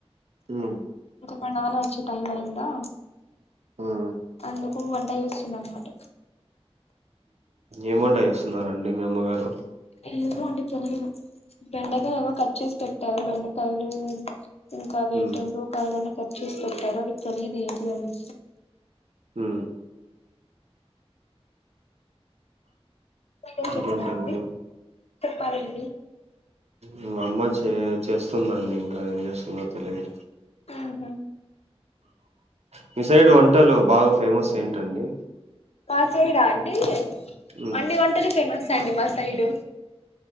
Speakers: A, on the right; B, on the left.
A: ఉమ్
B: మా నాన వచ్చి టైం అయందా
A: ఉమ్
B: అందుకు వంట చేస్తుందిన్నమాట
A: ఏమ్ వంట చేస్తున్నారండి మీ అమ్మగారు
B: ఏమో అండి బెండకాయలు ఏవో కట్ చేసి పెట్టారు బెండకాయలు ఇంకా అవి
A: ఉమ్
B: ఏంటంటో కాయలన్నీ కట్ చేసి పెట్టారు అది తెలియదు ఏంటి అని
A: ఉం
B: మీరేం
A: ఇంకేంటండి
B: చేస్తున్నారండి చెప్పాలండి
A: మా అమ్మ చే చేస్తుందండి ఇంకా ఏం చేస్తుందో తెలియదు
B: ఆహ
A: మీ సైడ్ వంటలు బాగా ఫేమస్ ఏంటండి
B: మా సైడా అండి
A: ఉమ్
B: అన్ని వంటలు ఫేమస్ అండి మా సైడు